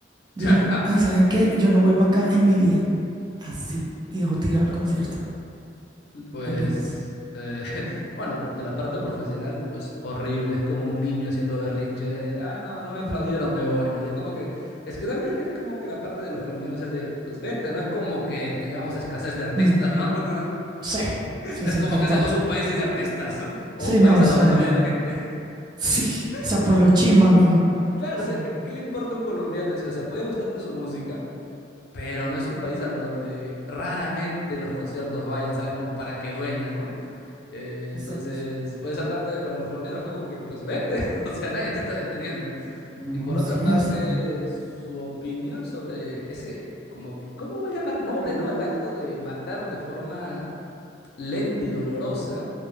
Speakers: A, on the right; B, on the left.
A: Dijo,
B: <laughs>
A: ay, ¿saben qué? Yo no vuelvo acá en mi vida. Así. Y dejó tirado el concierto.
B: Pues,
A: ¿Qué opinas?
B: eh, <laughs> bueno, de la parte profesional, pues horrible. Es como un niño haciendo berrinche. Ah, no, no me
A: Ujú.
B: aplaudieron, me voy, ¿no? Y es como que, es que también es como que la parte de los colombianos es de, pues vete, no es como que tengamos escasez de artistas,
A: Mm,
B: ¿no? <laughs>
A: sí, sí,
B: No
A: sí,
B: es como
A: tal
B: que
A: cual.
B: seamos un país sin artistas <laughs> o
A: Sí,
B: un país
A: no, o
B: a
A: sea,
B: donde no viene la gente. <laughs>
A: sí, o sea,
B: O sea,
A: por lo chimba, amigo.
B: claro,
A: O sea,
B: o sea, ¿qué, qué le importa a un colombiano? en sí? O sea, puede gustarte su música. pero no es un país al donde raramente los conciertos vayan, ¿sabes? Como para que duela, ¿no? Eh,
A: exacto.
B: entonces, por esa parte, para los colombianos fue como que, pues vete, <laughs> o sea, nadie te está deteniendo.
A: No,
B: Y por
A: sí,
B: otra parte,
A: o sea,
B: su opinión sobre ese, como, que- ¿cómo voy a llamar noble, ¿no? Al acto de matar de forma lenta y dolorosa